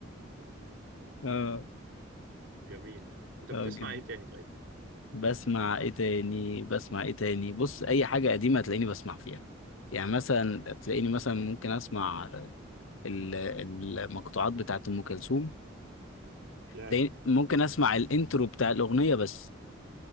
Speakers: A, on the left (about 80°); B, on the right (about 70°).
A: اه
B: جميل انت بتسمع
A: اه جامد.
B: ايه تاني طيب
A: بسمع ايه تاني بسمع ايه تاني بص اي حاجة قديمة هتلاقيني بسمع فيها يعني مثلا تلاقيني مثلا ممكن اسمع ال- المقطوعات بتاعت ام كلثوم
B: ياه
A: تلاقيني ممكن اسمع الانترو بتاع الاغنية بس